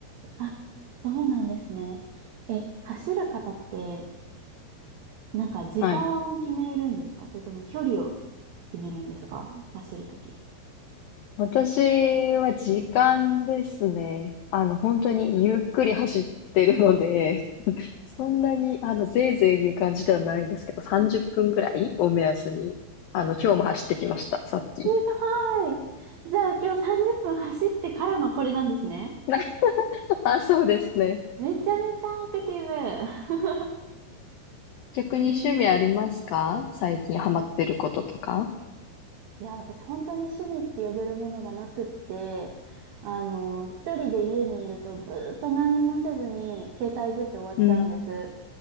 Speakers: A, on the right; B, on the left.
A: あ、そうなんですね。え、走る方って、なんか時間を決めるんですかそれとも距離を
B: はい。
A: 決めるんですか走るとき。
B: 私は時間ですね。あの、本当にゆっくり走ってるので、そんなに、あの、ぜいぜい言う感じではないんですけど、30分ぐらいを目安に、あの、今日も走ってきました、さっき。
A: すごい。じゃあ今日30分走ってからのこれなんですね。
B: <laughs> あ、そうですね。
A: めちゃめちゃアクティブ。<laughs>
B: 逆に趣味ありますか最近ハマってることとか。
A: えーいや、私本当に趣味って呼べるものがなくって、あの、一人で家にいるとずーっと何もせずに携帯いじって終わっちゃうんです。
B: うん。